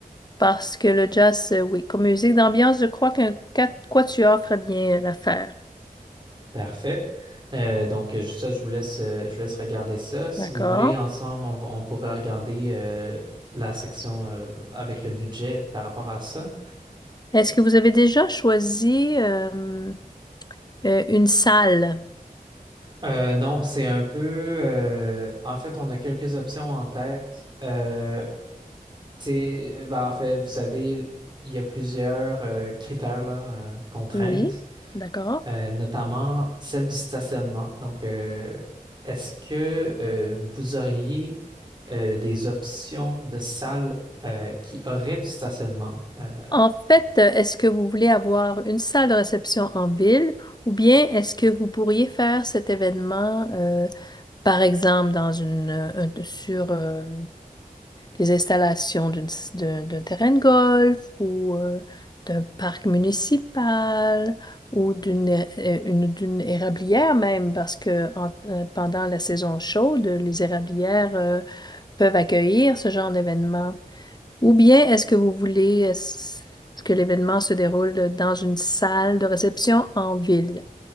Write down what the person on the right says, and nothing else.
Parfait. Euh, donc, euh, ça, je vous laisse, euh, je vous laisse regarder ça. Si
vous voulez, ensemble, on, va- on pourrait regarder euh, la section euh, avec le budget par rapport à ça.
Euh, non, c'est un peu... euh, en fait, on a quelques options en tête. Euh, tu sais, ben, en fait, vous savez, il y a plusieurs euh, critères, là, euh, contraintes.
euh, notamment celle du stationnement. Donc, euh, est-ce que euh, vous auriez euh, des options de salles euh, qui auraient du stationnement? Euh,